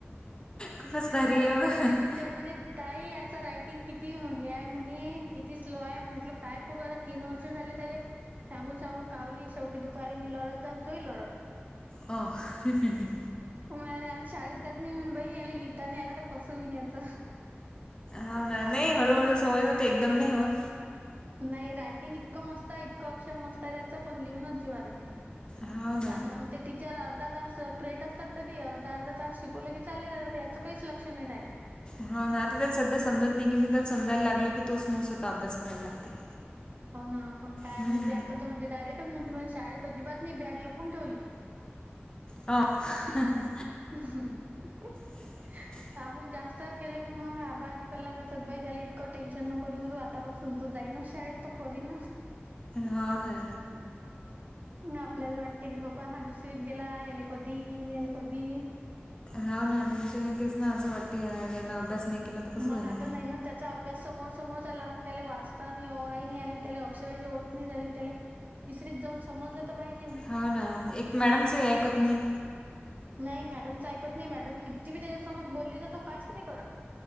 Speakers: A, on the left; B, on the right.
A: खूपच भारी
B: काल
A: आहे
B: गेली
A: मग. ताई
B: होती टीचर म्हणे ताई याच रायटिंग किती हे आहे म्हणे किती स्लो आहे म्हटलं काय करू आता तीन वर्ष झाले त्याले सांगू सांगू कावली शेवटी दुपारी मी लढत जाऊन तोही लढत
A: हो हं हं हं.
B: म शाळेत जात नाही बाई याला लिहिता नाही आलं तर कसं होईल नाही याच
A: हो ना नाही हळूहळू सवय होते एकदम नाही होत.
B: नाही रायटिंग इतकं मस्त आहे इतकं अक्षर मस्त आहे त्याचं पण लिहूनच जीवाला आहे ते.
A: हाव ना
B: आणि मग ते टी <unintelligible> चर अर्धा तास प्रेट असतात तरी अर्धा अर्धा तास शिकवलं की चालले जातात याचं काहीच लक्ष नाही राहत मग.
A: हा ना आता त्याला सध्या समजत नाही की नाही त्याला समजायला लागलं की तोच मग स्वःत अभ्यास करायला लागते.
B: हो ना पण काय
A: हम्म.
B: माहित बाई आता तर म्हणते डायरेक्टच म्हणते शाळेत अजिबात नाही बॅग लपून ठेवली.
A: हा हं हं.
B: अ हं हं हं हं. <unintelligible>
A: <inaudible>
B: आपण जास्त केलं की मग आबाजी कला करतात बाई त्याला इतकं टेन्शन नको देऊ त. <unintelligible> आतापासून तो जाईना शाळेत तो कोरीना
A: हा ना.
B: आपल्याला वाटते की बाबा हा दुसरीत गेला आहे. आले कधी नेले कधी?
A: हाव ना टेन्शन येतेच ना असं वाटतंय, यानं अभ्यास नाही केला तर कसं
B: मग
A: होईल
B: आता नाही ना त्यात चा अभ्यास समोर समोर चालला, मग त्याला वाचता नाही ओ आई नाही आली. त्याला अक्षराची ओळख नाही झाली. त्याले तिसरीत जाऊन समजलं तर पाहिजे.
A: हो ना, एक मॅडमचंही ऐकत नाही.
B: नाही मॅडमच ऐकत नाही, मॅडम कितीबी त्याच्यासोबत बोलली, तर तो काहीच नाही करत.